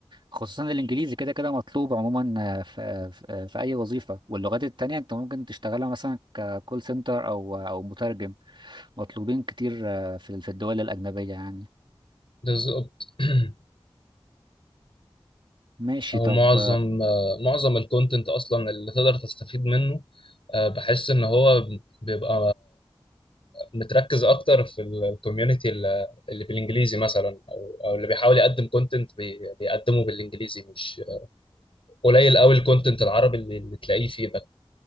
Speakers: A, on the right; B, on the left.
A: خصوصا الإنجليزي كده كده مطلوب عموما آه، في آه، في آه، في أي وظيفة واللغات التانية أنت ممكن تشتغلها مثلا ككول سنتر أو أو مترجم مطلوبين كتير آه، في في الدول الأجنبية يعني
B: بالظبط <clears throat>
A: ماشي
B: او
A: طب
B: معظم آه معظم الكونتنت اصلا اللي تقدر تستفيد منه آه بحس ان هو بيبقى متركز اكتر في الكوميونتي اللي بالانجليزي مثلا او او اللي بيحاول يقدم كونتنت بيقدمه بالانجليزي مش قليل قوي الكونتنت العربي اللي, اللي تلاقيه فيه ده